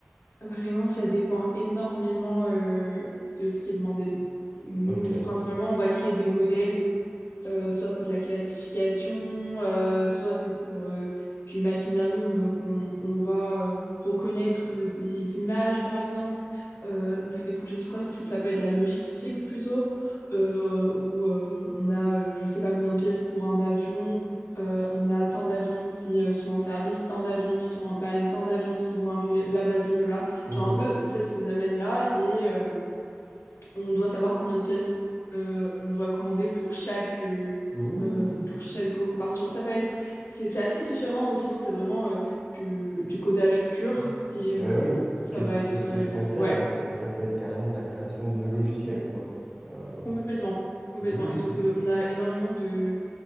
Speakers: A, on the left (about 75°); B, in the centre.
A: Vraiment, ça dépend énormément euh, de ce qui est demandé de nous,
B: euh, Ok.
A: mais c'est principalement, on va créer des modèles euh, soit pour de la classification, euh, soit c'est pour euh, du machine learning. Donc, on, on va euh, reconnaître euh, des images, par exemple. Euh, on a eu des projets sur quoi? C'est- Ça peut être de la logistique plutôt, euh, où euh, on a euh, je ne sais pas combien de pièces pour un avion. euh, on a tant d'avions qui euh, sont en service, tant d'avions qui sont en panne, tant d'avions qui vont arriver, blablabla.
B: Mhm.
A: Genre un peu c'est ce domaine-là. Et, euh, on doit savoir combien de pièces euh, on doit commander pour chaque, euh,
B: Mmh.
A: euh, pour chaque gros compartiment. Ça peut être, c'est c'est assez différent ou sinon c'est vraiment euh, du, du codage pur et
B: Ouais,
A: euh,
B: oui. Parce
A: ça
B: que
A: va
B: c'est
A: être,
B: ce
A: euh,
B: que je pensais
A: ouais,
B: là, c'est- ça peut être carrément de la création de logiciels, quoi. Euh,
A: complètement, complètement.
B: mmh.
A: Et donc euh, on a énormément de,